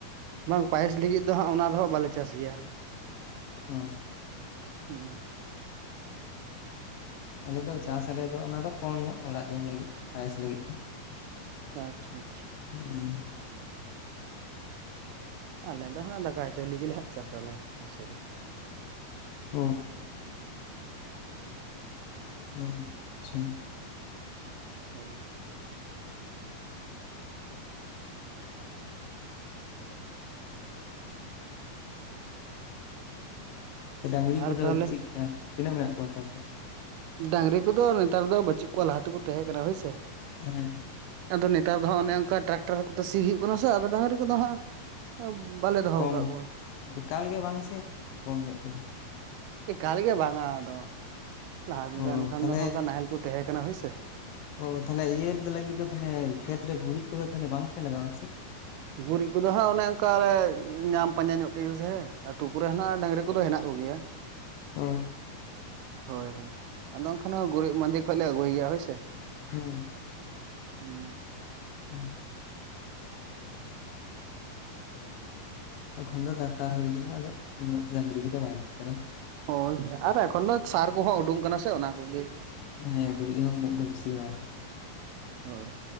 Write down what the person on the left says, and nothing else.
ᱚᱸ,
ᱟᱞᱮ ᱫᱚ, ᱪᱟᱥ ᱟᱞᱮ ᱫᱚ, ᱚᱱᱟ ᱫᱚ ᱠᱚᱢ ᱧᱚᱜ ᱚᱲᱟᱜ ᱡᱚᱢ ᱞᱟᱹᱜᱤᱫ, ᱯᱟᱭᱮᱥ ᱞᱟᱹᱜᱤᱫ ᱛᱮ᱾
ᱦᱩᱸ, ᱩᱸ
ᱚ ᱦᱮᱸᱪᱼᱪᱷᱟ
ᱰᱟᱝᱨᱤ
ᱠᱚᱫᱚ
ᱪᱮᱫ ᱠᱟ, ᱛᱤᱱᱟᱹᱜ ᱢᱮᱱᱟᱜ ᱠᱚ ᱛᱟ ᱯᱮᱭᱟ?
ᱦᱮᱸ
ᱠᱚᱢ
ᱮᱠᱟᱞ ᱜᱮ ᱵᱟᱝ, ᱥᱮ ᱠᱚᱢ ᱧᱚᱜ ᱯᱮ, ᱫᱚᱦᱚ
ᱚ
ᱛᱟᱦᱚᱞᱮ
ᱚ ᱛᱟᱦᱞᱮ ᱤᱭᱟᱹ ᱞᱟᱹᱜᱤᱫ ᱫᱚ ᱛᱟᱦᱞᱮ ᱠᱷᱮᱛ ᱨᱮ ᱜᱩᱨᱤᱡ ᱠᱚᱫᱚ ᱛᱟᱦᱞᱮ ᱵᱟᱝ ᱯᱮ ᱞᱟᱜᱟᱣᱟ ᱥᱮ
ᱚᱻ
ᱦᱩᱸ
ᱦᱩᱸ ᱮᱠᱷᱚᱱ ᱫᱚ ᱰᱟᱠᱛᱟᱨ ᱦᱩᱭ ᱠᱟᱱᱟ ᱟᱫᱚ ᱩᱱᱟᱹᱜ ᱰᱟᱝᱨᱤ ᱠᱚᱫᱚ ᱵᱟᱭ ᱫᱚᱨᱠᱟᱨᱟ
ᱦᱮᱸ ᱜᱩᱨᱤᱡ ᱦᱚᱸ ᱩᱱᱟᱹᱜ ᱫᱚ ᱵᱮᱥᱤ ᱫᱚ ᱵᱟᱭ